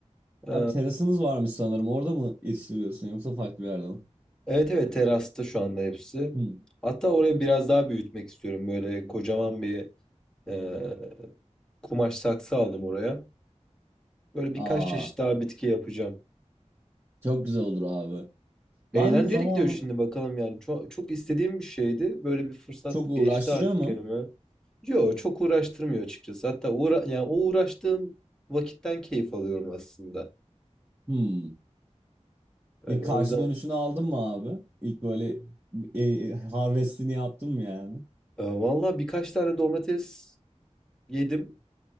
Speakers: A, in the centre; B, on the right.
A: Ee,
B: Abi terasınız varmış sanırım. Orada mı yetiştiriyorsun yoksa farklı bir yerde mi?
A: evet evet terasta şu anda hepsi.
B: Hmm.
A: Hatta orayı biraz daha büyütmek istiyorum. Böyle kocaman bir e, kumaş saksı aldım oraya. Böyle birkaç
B: <laughs> Aa,
A: çeşit daha bitki yapacağım.
B: çok güzel olur abi.
A: Eğlenceli
B: Ben de zamanı
A: gidiyor şimdi bakalım yani. Çok, çok istediğim bir şeydi. Böyle bir fırsat
B: çok uğraştırıyor
A: geçti artık
B: mu?
A: elime. Yo çok uğraştırmıyor açıkçası. Hatta uğra yani o uğraştığım vakitten keyif alıyorum aslında.
B: Hmm.
A: Yani
B: İlk karşı
A: o yüzden
B: dönüşünü aldın mı abi? İlk böyle e, harvestini yaptın mı yani?
A: e, vallahi birkaç tane domates yedim.